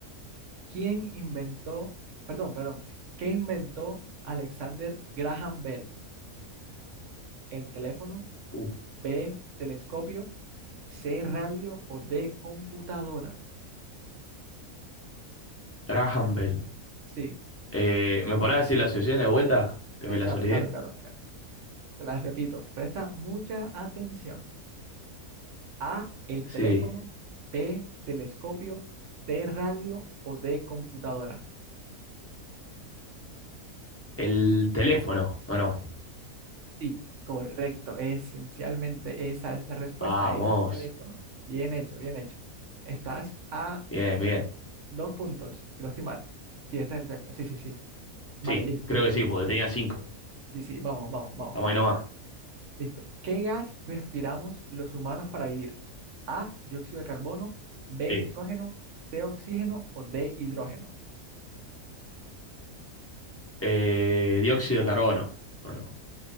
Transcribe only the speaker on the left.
Uh,
Graham Bell.
Eh, ¿me podrás decir la asociación de vuelta? Que
me
las olvidé.
Sí.
El teléfono, ¿o no?
Vamos.
Bien, bien.
Sí,
creo
que sí,
porque tenía cinco.
Estamos
ahí nomás.
Sí.
Eh, dióxido de carbono, ¿o no?